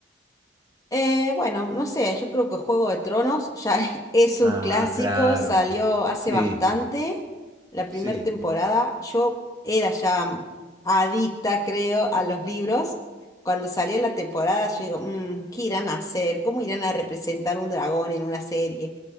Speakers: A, on the left; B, on the right.
A: Eh, bueno, no sé, yo creo que Juego de Tronos ya <laughs> es un
B: Ah,
A: clásico,
B: claro.
A: salió hace
B: Sí,
A: bastante, la primera
B: sí,
A: temporada. Yo era ya adicta, creo, a los libros. Cuando salió la temporada, yo digo, "Mm, ¿qué irán a hacer? ¿Cómo irán a representar un dragón en una serie?